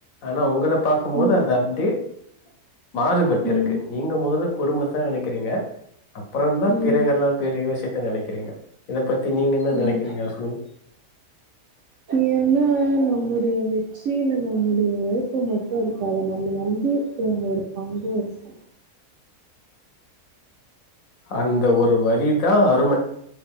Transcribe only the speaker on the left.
ஆனா உங்கள பாக்கும் போது
அது அப்டியே மாறுபட்டு
இருக்கு நீங்க முதல்ல குடும்பத்த நெனைக்கிறீங்க அப்றோந்தா
பிறகெல்லா பிறகு விஷயத்த நனைக்கிறீங்க இத பத்தி நீங்க என்ன நனைக்கிறீங்க
சொல்லுங்க <inaudible>
அந்த ஒரு வரிதா அருமை